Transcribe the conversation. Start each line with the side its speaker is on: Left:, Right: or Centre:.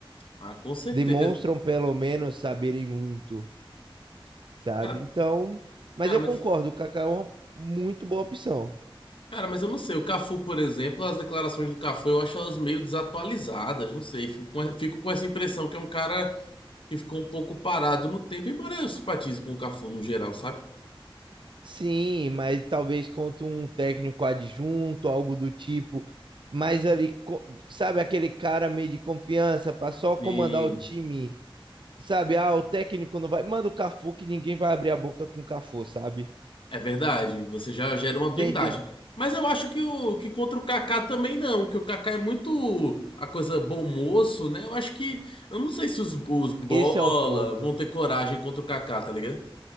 Left: Ah, com certeza.
Right: Demonstram pelo menos saberem muito, sabe?
Left: Cara,
Right: Então, mas
Left: cara,
Right: eu
Left: mas
Right: concordo, o Kaká é uma muito boa opção.
Left: Cara, mas eu não sei. O Cafu, por exemplo, as declarações do Cafu eu acho elas meio desatualizadas. Não sei. Fico com, fico com essa impressão que é um cara que ficou um pouco parado no tempo, embora eu simpatize com o Cafu no geral, sabe?
Right: Sim, mas talvez contra um técnico adjunto, algo do tipo. Mas ali, co- sabe, aquele cara meio de confiança para só
Left: E
Right: comandar o time. Sabe, ah, o técnico não vai. Manda o Cafu que ninguém vai abrir a boca com o Cafu, sabe?
Left: é verdade, você já gera uma
Right: Você
Left: blindagem.
Right: entende?
Left: Mas eu acho que, o, que contra o Kaká também não, que o Kaká é muito a coisa bom moço, né? Eu acho que. Eu não sei se os, os bola
Right: Esse é o ponto.
Left: vão ter coragem contra o Kaká, tá ligado?